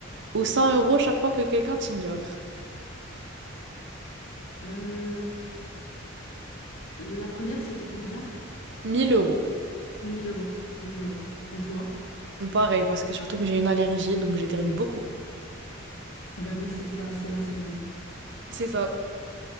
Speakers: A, on the right; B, on the left.
A: ou 100 euros chaque fois que quelqu'un t'ignore?
B: Euh, la première, c'était combien?
A: Mille euros.
B: 1000 euros. 1000 euros. Et toi?
A: Pareil, parce que surtout que j'ai une allergie, donc j'éternue beaucoup.
B: Bah oui, c'est ça, c'est la saison.
A: C'est ça,